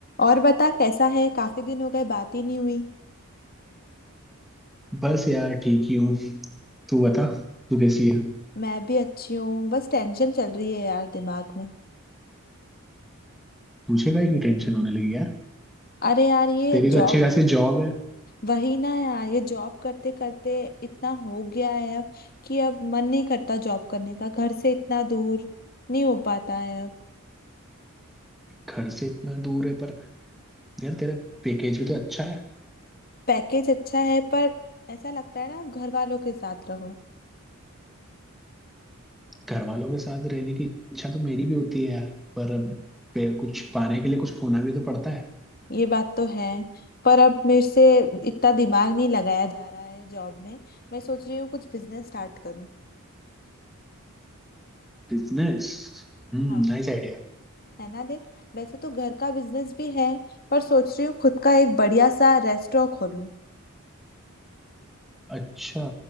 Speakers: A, on the left; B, in the centre.
A: और बता कैसा है काफी दिन हो गए बात ही नहीं हुई
B: बस यार ठीक ही हूँ तू बता तू कैसी है
A: मैं भी अच्छी हूँ बस टेंशन चल रही है यार दिमाग में
B: तुझे का की टेंशन होने लगी यार
A: अरे यार ये
B: तेरी
A: जॉब
B: तो अच्छी खासी जॉब है
A: वही ना यार ये जॉब करते करते इतना हो गया है अब कि अब मन नहीं करता जॉब करने का घर से इतना दूर नहीं हो पाता है अब
B: घर से इतना दूर है पर यार तेरा पैकेज भी तो अच्छा है
A: पैकेज अच्छा है पर ऐसा लगता है ना अब घर वालों के साथ रहो
B: घर वालों के साथ रहने की इच्छा तो मेरी भी होती है यार पर अब पे- कुछ पाने के लिए कुछ खोना भी तो पड़ता है
A: ये बात तो है पर अब मेरे से इतना दिमाग नहीं लगाया जा रहा है जॉब में मैं सोच रही हूँ कुछ बिजनेस स्टार्ट करूँ
B: बिजनेस हम्म
A: हाँ
B: नाइस आइडिया
A: है ना देख वैसे तो घर का बिजनेस भी है पर सोच रही हूँ खुद का एक बढ़िया सा रेस्टोरेंट खोलूं
B: अच्छा